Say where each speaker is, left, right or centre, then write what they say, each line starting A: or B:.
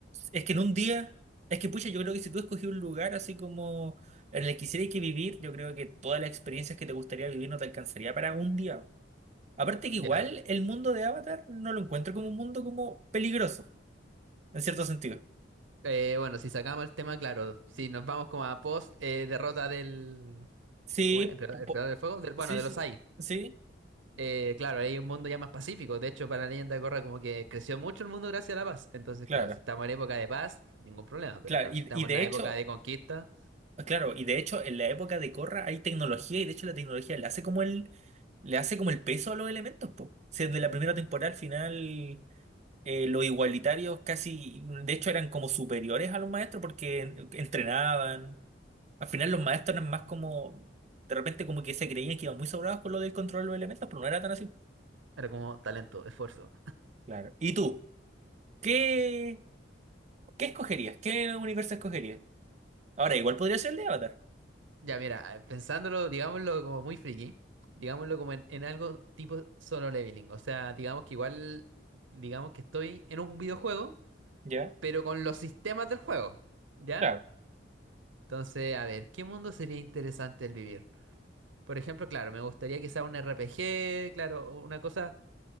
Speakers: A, on the right; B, on the right.
A: Es que en un día, es que pucha, yo creo que si tú escogí un lugar así como en el que quisieras que vivir, yo creo que todas las experiencias que te gustaría vivir no te alcanzaría para un día. Aparte que
B: Ya.
A: igual el mundo de Avatar no lo encuentro como un mundo como peligroso, en cierto sentido.
B: Eh, bueno, si sacamos el tema, claro, si nos vamos como a post eh, derrota del...
A: Sí,
B: ¿Cómo era? ¿Emperador,
A: po- po-
B: Emperador del Fuego? Del- bueno,
A: sí,
B: de
A: sí,
B: los AI.
A: sí,
B: Eh, claro, hay un mundo ya más pacífico. De hecho, para la leyenda de Korra como que creció mucho el mundo gracias a la paz. Entonces,
A: claro,
B: claro, si estamos en época de paz, ningún problema. Pero
A: claro.
B: claro,
A: Y,
B: si estamos
A: y de
B: en la
A: hecho,
B: época de conquista,
A: Ah, Claro, y de hecho en la época de Corra hay tecnología y de hecho la tecnología le hace como el, le hace como el peso a los elementos, po. Si desde la primera temporada al final eh, los igualitarios casi, de hecho eran como superiores a los maestros porque en- entrenaban. Al final los maestros eran más como, de repente como que se creían que iban muy sobrados con lo del control de los elementos, pero no era tan así.
B: era como talento, esfuerzo.
A: Claro. ¿Y tú? ¿Qué, qué escogerías? ¿Qué universo escogerías? Ahora, igual podría ser el de Avatar.
B: Ya, mira, eh, pensándolo, digámoslo como muy friki, digámoslo como en, en algo tipo solo leveling. O sea, digamos que igual, digamos que estoy en un videojuego,
A: Ya,
B: pero con los sistemas del juego, ¿ya?
A: claro,
B: Entonces, a ver, ¿qué mundo sería interesante el vivir? Por ejemplo, claro, me gustaría que sea un RPG, claro, una cosa